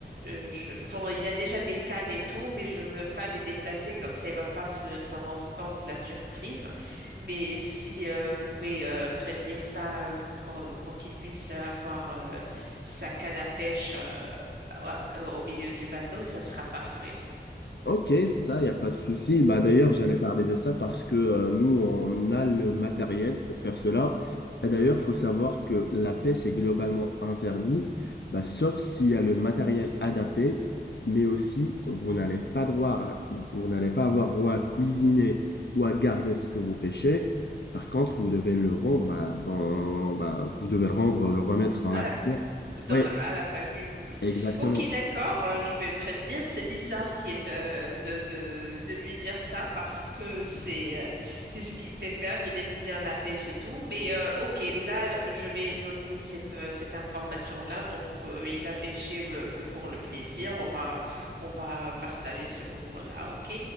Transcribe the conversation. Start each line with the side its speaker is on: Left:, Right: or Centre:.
Right: euh, je- Bon, il a déjà des cannes et tout, mais je veux pas les déplacer, comme ça, il va pas se, s'en rendre compte de la surprise. Mais si euh, vous pouvez euh, prévenir ça euh, pour qu'on- pour qu'il puisse avoir euh, sa canne à pêche euh, au au milieu du bateau, ça sera parfait.
Left: Ok, ça, il n'y a pas de souci. Bah, d'ailleurs, j'allais parler de ça parce que euh, nous, on a le matériel pour faire cela. Et d'ailleurs, il faut savoir que la pêche est globalement interdite, bah, sauf s'il y a le matériel adapté, mais aussi, vous n'allez pas droit à- vous n'allez pas avoir droit à cuisiner ou à garder ce que vous pêchez. Par contre, vous devez le rendre, bah, dans, bah, vous devez le rendre, le remettre dans
Right: À
Left: la
Right: la,
Left: rivière.
Right: dans
Left: Oui,
Right: la- à la plage, oui, oui, oui.
Left: exactement.
Right: Ok, d'accord, euh, je vais le prévenir. C'est bizarre qu'il euh, de, de, de lui dire ça parce que c'est euh, c'est ce qu'il fait faire. Il aime bien la pêche et tout. Mais euh, ok, là, je vais noter cette, euh, cette information-là. Donc, euh, il va pêcher euh, que pour le plaisir. On va, on va partager ce moment-là. Ok?